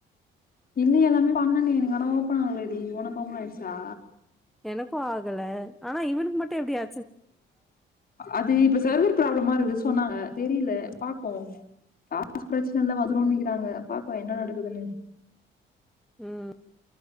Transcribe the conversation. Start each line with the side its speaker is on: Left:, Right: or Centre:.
Left: இல்லயே எல்லாமே பண்ணணே எனக்கு ஆனா ஓப்பன் ஆவலடி உனக்கு ஓப்பன் ஆயிடுச்சா
Centre: எனக்கு ஆகல ஆனா இவனுக்கு மட்டு எப்டி ஆ
Left: அது இப்ப சர்வர் ப்ராப்ளமா இருக்குது சொன்னாங்க தெரியல பாப்போ காசு பிரச்சன இல்ல வந்துடுன்னு நெனக்கிறாங்க பாப்போ என்ன நடக்குதுன்னு
Centre: ம்